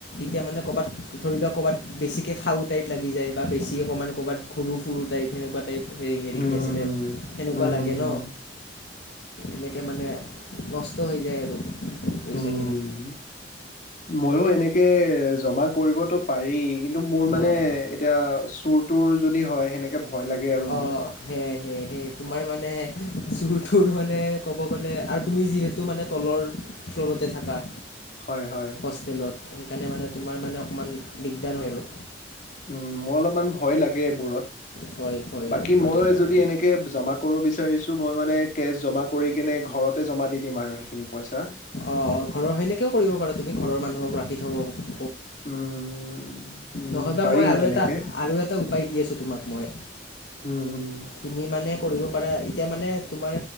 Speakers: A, on the left; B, on the left.
A: এতিয়া মানে ক'ৰবাত ধৰি লোৱা ক'বাত বেছিকৈ খাওঁ টাই লাগি যায় বা বেছি অকণমান ক'ৰবাত ঘুৰো ফুৰো টাইপ সেনেকুৱা টাইপ হেৰি হেৰি
B: হুম,
A: কি
B: হুম,
A: আছিলে
B: হুম,
A: সেনেকুৱা
B: হুম,
A: লাগে
B: হুম, হুম,
A: ন এনেকে মানে নষ্ট হৈ যায় আৰু পইচাখিনি
B: উম মইয়ো এনেক কে জমা কৰিবতো পাৰি কিন্তু মোৰ মানে
A: অঁ
B: এতিয়া চুৰ তুৰ যদি হয় সেনেকে ভয় লাগে আৰু
A: অঁ
B: মোৰ
A: সেয়াই সেয়াই সেই তোমাৰ মানে চুৰটো মানে ক'ব গলে আৰু তুমি যিহেতু মানে তলৰ ফ্লৱৰ টে থাকা
B: হয় হয়
A: হোষ্টেলত সেইকাৰণে মানে তোমাৰ মানে অকমান দিগদাৰ হয় আৰু
B: উম মোৰ অলপমান ভয় লাগে এইবোৰত
A: ভয় ভয়
B: বাকী
A: ভয়টো
B: মইয়ো
A: লাগে
B: যদি এনেকে জমা কৰিব বিচাৰিছো মই মানে কেছ জমা কৰি কিনে ঘৰতে জমা দি দিম আৰু সেইখিনি পইচা
A: অ ঘৰৰ, সেনেকাও কৰিব পাৰা তুমি ঘৰৰ মানুহক ৰাখি থব
B: উম উম,
A: নহয় বা
B: পাৰি
A: মই
B: ন
A: আৰু
B: তেনেকে
A: এটা আৰু এটা উপায় দি আছোঁ তোমাক মই?
B: উম হুম
A: তুমি মানে কৰিব পাৰা ই তিয়া মানে তোমাৰ